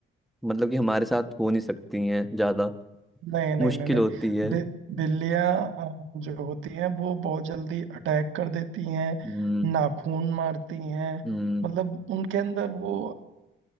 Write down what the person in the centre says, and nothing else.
मतलब कि हमारे साथ हो नहीं सकती हैं ज्यादा
मुश्किल
होती है
हम्म,
हम्म,